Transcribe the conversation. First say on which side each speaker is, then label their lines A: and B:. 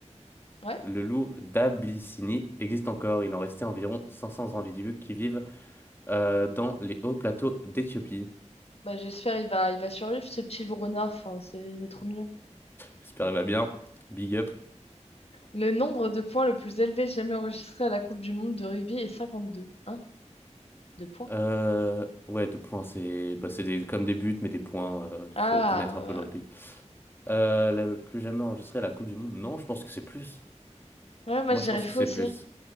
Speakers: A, on the left (about 55°); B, on the left (about 20°).
A: Ouais.
B: le loup d'Abyssinie existe encore. Il en restait environ 500 individus qui vivent euh, dans les hauts plateaux d'Éthiopie.
A: Bah, j'espère il va, il va survivre, ce petit loup renard. Enfin, c'est, il est trop mignon.
B: J'espère qu'il va bien. Big up.
A: Le nombre de points le plus élevé jamais enregistré à la Coupe du Monde de rugby est 52. Hein? De points?
B: Euh, ouais, deux points, c'est bah, c'est des, comme des buts, mais des points. euh,
A: Ah,
B: faut connaître un peu le rugby. Euh, la- plus jamais enregistré à la Coupe du Monde. Non, je pense que c'est plus.
A: ouais. Ouais, moi
B: Moi,
A: je
B: je
A: dirais
B: pense
A: faux
B: que c'est
A: aussi.
B: plus.